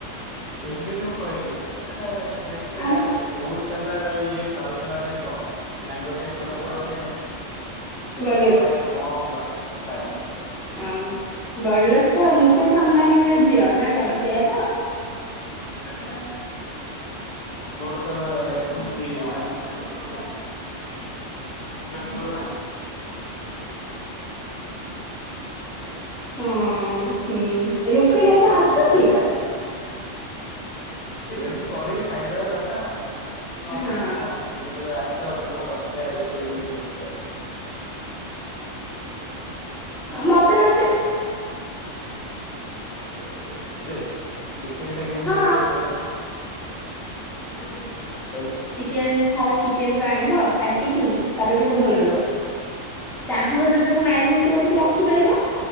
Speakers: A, on the left; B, in the centre.
A: ସେମିତି ମୁ କହିଦେଲେ ଏ ଦେଖିବେ
B: ଆଉ
A: ଜାହେଲେ ଫ୍ରୁଟ ସାଲାଡ୍ ସାଲାଡ୍ ଆଉ ଇଏ ଖାଉଛ ମାନେ କଣ, ମ୍ୟାଙ୍ଗୋ ସେକ୍ ପିଉଛ ମାନେ ଭାବୁଥ
B: ବଡଲୋକ
A: କଣ ବା-ବାସ୍।
B: ହଁ ବଡ଼ଲୋକ ତ, ମୁକେଶ
A: ଆମ
B: ଅମ୍ବାନୀଙ୍କର ଝିଅ ନା କଣ ସେଆ ତ?
A: ବାଶ୍ ଆମର ତ ଏଠି ମାନେ ଖାଲି <inaudible>
B: ହଁ। ହୁଁ ରୋଷେଇ
A: ନା
B: ବାସ
A: ମୁଁ ସେ
B: ଆସୁଛି
A: ଯିବନ ନା। ସେମତି କରି ଖାଇଦବା କଥା ଆଉ, ଆସୁ ନ ଆସୁ
B: ହଁ
A: କଣ, ଦିନେ କେବେ ଆସ ତମ ଦେଖିଆ ରୋଷେଇ କେମିତି ହଉଚି ଆଉ।
B: ଆ ମତେ ରୋସେଇ-
A: <inaudible> ଆସେ ଚିକେନ ଟା କେମିତି
B: ହଁ।
A: ହବ ଟିକେ କହିବ? <unintelligible>
B: ଚିକେନ ଫାଷ୍ଟ ଚିକେନକୁ ଆଣିବ କାଟିକି ତାପରେ ତାକୁ ଧୋଇଦବ।
A: ହଁ।
B: ଚାହିଁବ ଯଦି ତାକୁ ମ୍ୟାରିନେଟ କରିକି ରଖିପାରିବ